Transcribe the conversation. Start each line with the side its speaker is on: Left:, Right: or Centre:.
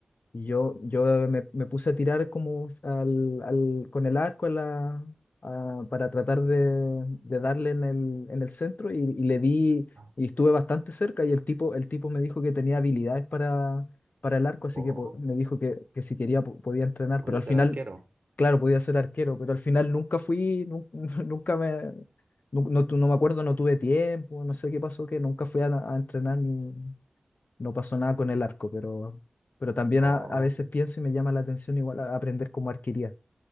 Left: Y yo, yo eh, me, me puse a tirar como al, al- con el arco a la, a- para tratar de, de darle en el, en el centro y, y le di
Right: Ah,
Left: y estuve bastante cerca y el tipo, el tipo me dijo que tenía habilidades para, para el arco, así
Right: Ok,
Left: que po- me dijo que, que si quería po- podía entrenar,
Right: voy
Left: pero al
Right: ser
Left: final,
Right: arquero.
Left: claro, podía ser arquero, pero al final nunca fui, nun- <laughs> nunca, me, nu- no, tu- no me acuerdo, no tuve tiempo, no sé qué pasó, que nunca fui a, a entrenar ni no pasó nada con el arco, pero, pero también
Right: Oh,
Left: a, a veces pienso y me llama la atención igual a- aprender como arquería.